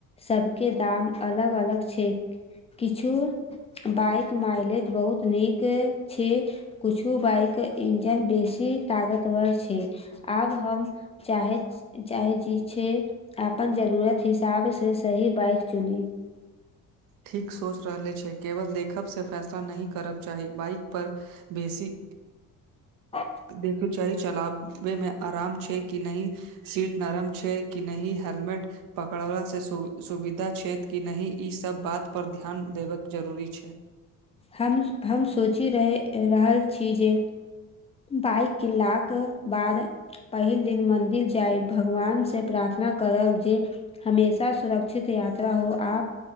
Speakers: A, on the left (about 20°); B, on the right (about 75°).
A: सबके दाम अलग अलग छै किछु बाइक माइलेज बहुत नीक छै कुछु बाइक इंजन बेसी तागतवर छै आब हम चाहैत चाहे जे छै अपन जरूरत हिसाब से सही बाइक चुनी
B: ठीक सोच रहले छै केवल देखब से फैसला नहि करब चाही बाइक पर बेसी
A: आँ
B: देखू चाही चलाबे मे आराम छै कि नहि सीट नरम छै कि नह हेलमेट पकड़ला से सु सुविधा छै कि नहिह ई सब बात पर ध्यान देबे जरूरी छै
A: हम हम सोचि रहि रहल छीय जे बाइक कीन्लाक बाद पहिल दिन मंन्दिर जाय भगवान से प्रार्थना करब जे हमेशा सुरक्षित यात्रा हो आ